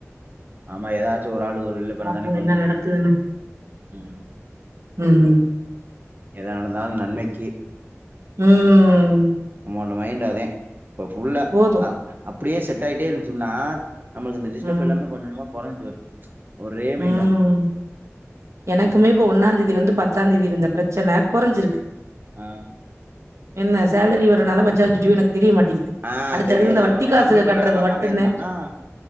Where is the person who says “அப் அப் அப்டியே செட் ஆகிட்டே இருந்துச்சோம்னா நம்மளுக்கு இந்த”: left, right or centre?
Right